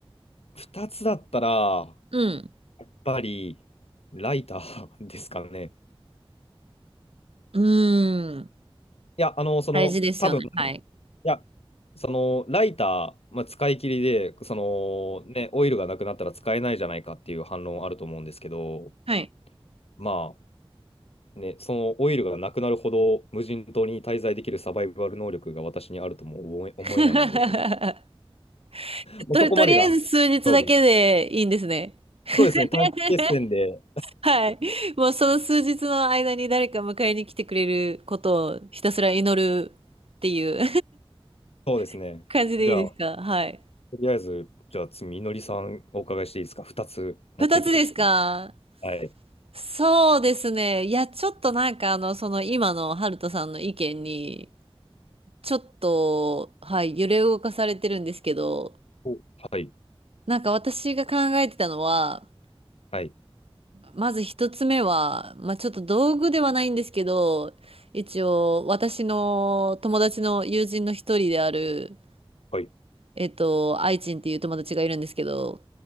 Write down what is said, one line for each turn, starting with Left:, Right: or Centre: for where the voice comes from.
Left: 2つだったら、
Right: うん。
Left: やっぱりライターですかね。
Right: うーん。
Left: いや、あの、その、
Right: 大事ですよね。
Left: 多分い
Right: はい。
Left: や、そのライター、まあ、使い切りで、そのね、オイルがなくなったら使えないじゃないかっていう反論あると思うんですけど、
Right: はい。
Left: まあね、そのオイルがなくなるほど無人島に滞在できるサバイバル能力が私にあるとも思え、思えないので、
Right: <laughs>
Left: もうそこまでが勝負。
Right: と、とりあえず数日だけでいいんですね。<laughs>
Left: そうですね、短期決戦で、
Right: はい。もうその数日の間に誰か迎えに来てくれることをひたすら祈るっていう
Left: そうですね。
Right: <laughs> 感じでいいですかはい。
Left: じゃあ、とりあえず、じゃあ次、みのりさんお伺いしていいですか ?2 つ持っていくとしたら。
Right: 二つですか
Left: はい。
Right: そうですね。いや、ちょっとなんかあの、その今のハルトさんの意見に、ちょっと、はい、揺れ動かされてるんですけど、
Left: おはい、
Right: なんか私が考えてたのは、
Left: はい、
Right: まず一つ目は、まあちょっと道具ではないんですけど、一応私の友達の友人の一人である、
Left: はい、
Right: えっと、愛人っていう友達がいるんですけど、